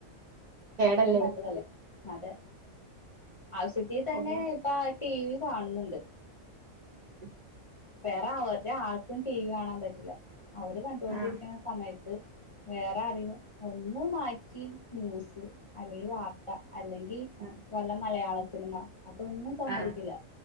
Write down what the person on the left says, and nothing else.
അത്രയും നല്ലതല്ലേ അതെ ആവശ്യത്തി തന്നെ
ഇപ്പ ടി വി കാണുന്നുണ്ട്
വേറെ അവരുടെ ആൾക്കും ടി വി കാണാൻ പറ്റില്ല അവര് കണ്ടുകൊണ്ടിരിക്കുന്ന
സമയത്ത് വേറെ അറിവ ഒന്ന് മാറ്റി ന്യൂസ് അല്ലെങ്കിൽ വാർത്ത അല്ലെങ്കിൽ
വല്ല മലയാള സിനിമ അതൊന്നും സമ്മതിക്കില്ല